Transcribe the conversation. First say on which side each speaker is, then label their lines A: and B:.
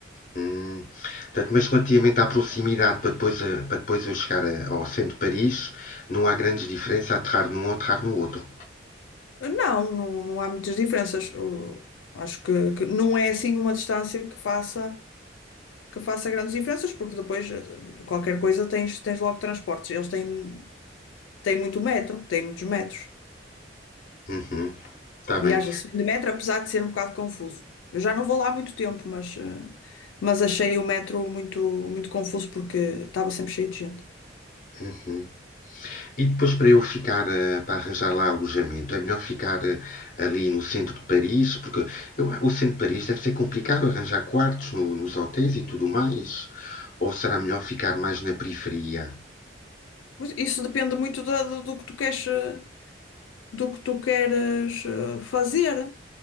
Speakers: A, on the left; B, on the left.
A: Hum. Portanto, mas relativamente à proximidade, para depois, eh, para depois eu chegar a- ao centro de Paris, não há grandes diferenças a aterrar num ou aterrar no outro.
B: Não, não, não há muitas diferenças. O- acho que, que não é assim uma distância que faça, que faça grandes diferenças, porque depois eh, qualquer coisa tens, tens logo transportes. Eles têm, têm muito metro, têm muitos metros.
A: Uhum. Está
B: Viaja-se
A: bem.
B: de metro, apesar de ser um bocado confuso. Eu já não vou lá há muito tempo, mas, eh, mas achei o metro muito, muito confuso porque estava sempre cheio de gente.
A: Uhum. E depois para eu ficar, eh, para arranjar lá alojamento, é melhor ficar eh, ali no centro de Paris, porque eu- o centro de Paris deve ser complicado arranjar quartos no- nos hotéis e tudo mais. Ou será melhor ficar mais na periferia?
B: Mas isso depende muito da- do, do que tu queres, eh, do que tu queres eh, fazer.